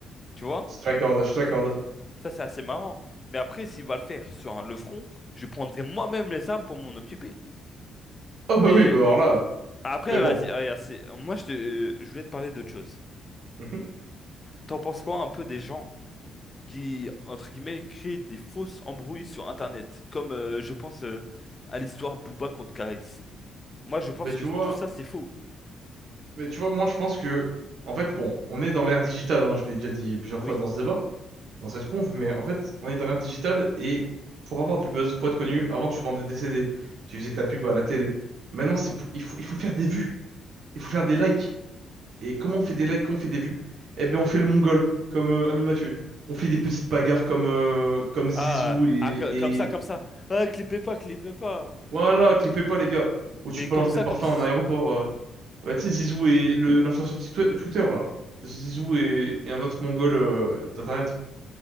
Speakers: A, on the left; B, on the right.
A: tu vois?
B: Je te l'accorde, je te l'accorde.
A: Ça, c'est assez marrant. Mais après, s'il va le faire sur un- le front, je prendrai moi-même les armes pour m'en occuper.
B: Oh
A: Mais
B: bah oui, bah alors là.
A: après,
B: Mais bon.
A: vas-y, regarde, c'est- moi, je te- je voulais te parler d'autre chose.
B: Mhm.
A: T'en penses quoi un peu des gens? qui, entre guillemets, crée des fausses embrouilles sur Internet. Comme euh, je pense euh, à l'histoire Booba contre Karis. Moi, je pense
B: Mais tu
A: que tout
B: vois,
A: ça, c'est faux.
B: mais tu vois, moi je pense que, en fait, bon, on est dans l'ère digitale. Hein, je l'ai déjà dit plusieurs
A: Oui.
B: fois dans ce débat. dans cette conve, mais en fait, on est dans l'ère digitale et pour avoir du buzz, pour être connu, avant tu vendais des CD, tu faisais ta pub à la télé. Maintenant, c'est
A: Ouais.
B: pour- il faut, il faut faire des vues, il faut faire des likes. Et comment on fait des likes, comment on fait des vues? Eh bien, on fait le mongol, comme euh, Amine Mathieu. On fait des petites bagarres comme, euh, comme Zizou
A: Ah,
B: et,
A: ah, co- comme ça,
B: et...
A: comme ça. Ah, clipez pas, clippez pas.
B: Voilà,
A: Ok.
B: clipez pas les gars, où tu
A: Et
B: balances
A: comme ça,
B: des parfums
A: comme Zizou.
B: à un aéroport. euh. Bah, tu sais, Zizou et le- l'influenceur Twitter, Twitter, là. Zizou et, et un autre mongol euh, d'Internet